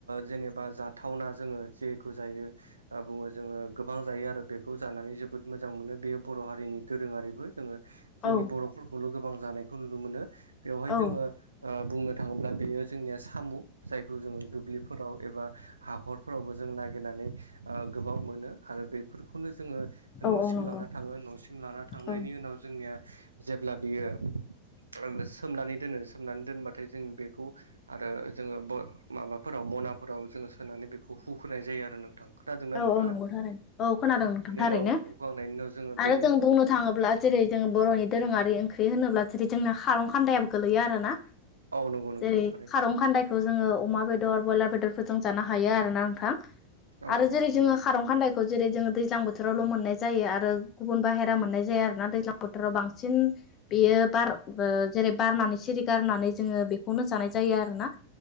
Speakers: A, on the right; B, on the left.
A: जेनेबा जाथावना जोङो जेखौ जायो बुङो जोङो गोबां जायो आरो बेखौ जानानै जोबोद मोजां मोनो बेयो बर' हारिनि दोरोङारिबो जोङो जोंनि
B: औ
A: बर'फोर खौल' गोबां जानायखौ नुनो मोनो बेवहाय
B: औ
A: जोङो बुंनो थाङोब्ला बेयो जोंनिया सामु जायखौ जोङो दुब्लिफोराव एबा हाखरफोरावबो जों नागिरनानै ओ गोबां मोनो आरो बेफोरखौनो जोङो न'सिम
B: औ नंगौ
A: लाना थाङो न'सिम लाना थांनायनि
B: औ
A: उनाव जोंनिया जेब्ला बियो सोमनानै दोनो सोमनानै दोनबाथाय जों बेखौ आरो जोङो माबाफोराव मनाफोराव जोङो सोनानै बेखौ हुख्रोनाय जायो आरो नोंथां। खोनादोंना
B: औ
A: नोंथाङा
B: औ नंगौ थारैनो औ खोनादों नोंथां
A: बेनि
B: थारैनो
A: उनाव हुखांनायनि उनाव जोङो
B: आरो
A: बेनि
B: जों बुंनो थाङोब्ला जेरै जों बर'नि दोरोङारि ओंख्रि होनोब्ला जेरै जोंना खारं खान्दायाबो गोलैयो आरोना।
A: औ नंगौ नोंथां
B: जेरै
A: थारैनो
B: खारं खान्दायखौ जोङो अमा बेदर ब्रयलार बेदरफोरजों जानो हायो आरोना नोंथां
A: औ
B: आरो जेरै
A: औ नंगौ
B: जोङो खारं खान्दाय खौ जेरै जोङो दैज्लां बोथोरावल मोननाय जायो आरो गुबुन बाहेरा मोननाय जायो आरोोना दैज्लां बोथोराव बांसिन बेयो बार ओ जेरै बारनानै सिरि गारनानै जोङो बेखौनो जानाय जायो आरोना